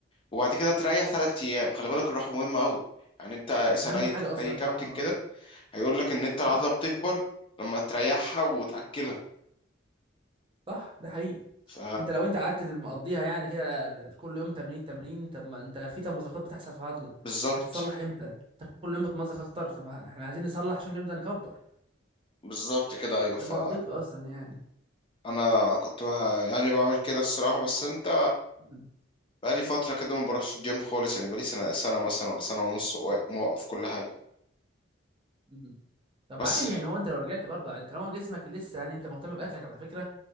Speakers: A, on the left (about 25°); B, on the right (about 30°).
A: وبعد كده تريح تلات ايام خلي بالك الراحه مهمه قوي يعني انت اسال
B: اهم
A: اي
B: حاجه اصلا
A: اي
B: الراحه
A: كابتن كده
B: اه
A: هيقول لك ان انت العضله
B: مم.
A: بتكبر لما تريحها وتاكلها
B: صح ده حقيقي
A: ف
B: انت لو انت قعدت مقضيها يعني كده كل يوم تمرين تمرين طب ما انت في تمزقات بتحصل في العضله
A: بالظبط
B: هتتصلح امتى انت كل يوم بتمزق اكتر طب ما احنا عايزين نصلح عشان نبدا نكبر
A: بالظبط كده ايوه ف
B: ده منطقي اصلا يعني
A: انا كنت بها يعني بعمل كده الصراحه بس انت
B: مم.
A: بقالي فتره كده ما بروحش الجيم خالص يعني بقالي سنه سنه مثلا ولا سنه ونص وق- موقف كل حاجه
B: مم. طب
A: بس
B: عادي يعني هو انت لو رجعت برضه عادي طالما جسمك لسه يعني انت مهتم باكلك على فكره